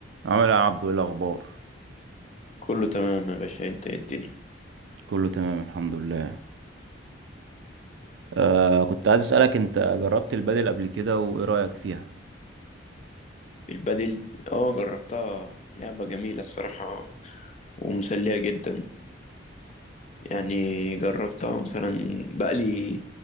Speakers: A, on the right; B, on the left.
A: عامل ايه يا عبدو ايه الاخبار
B: كله تمام يا باشا انت ايه الدنيا
A: كله تمام الحمد لله آه كنت عايز اسالك انت جربت البادل قبل كده وايه رايك فيها
B: البادل اه جربتها لعبة جميلة الصراحة ومسلية جدا يعني جربتها مثلا بقالي